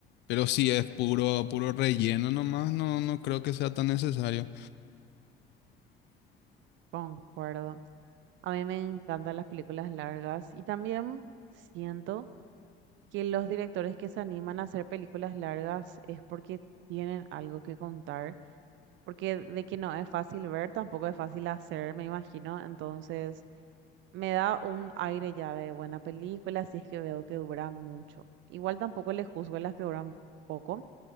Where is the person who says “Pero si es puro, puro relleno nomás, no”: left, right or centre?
Left